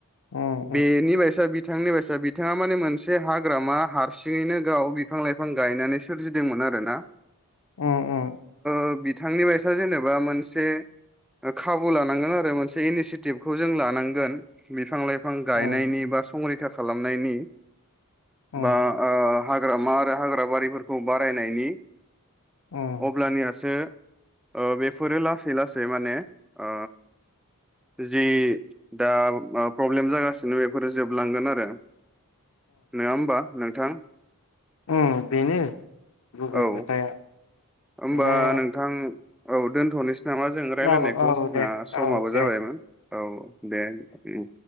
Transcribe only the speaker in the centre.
बेनि बाइसा बि बिथांनि बायसा बिथाङा माने मोनसे हाग्रामा हारसिङैनो गाव बिफां लाइफां गायनानै सोरजिदोंमोन आरो ना
ओ बिथांनि बायसा जेनेबा मोनसे ओ खाबु लानांगोन आरो मोनसे इनिसिटिभखौ जों लानांगोनां बिफां लाइफां फां गायनायनि
बा संरैखा खा खालामनायनि
बा ओ हाग्रामा आरो हाग्राबारिफोरखौ बारायनायनि
अब्लानिया जोङो ओ बेफोरो लासै लासै माने ओ जि दा मा प्रब्लेम जागासिनो बेफोरो जोबलांगोन आरो नोङा होमबा नोंथां
औ
होमबा
नोंथां औ दोन्थ'नोसै नामा जों रायजलायनायखौ
जोंना
समाबो
जाबायमोन
औ दे उम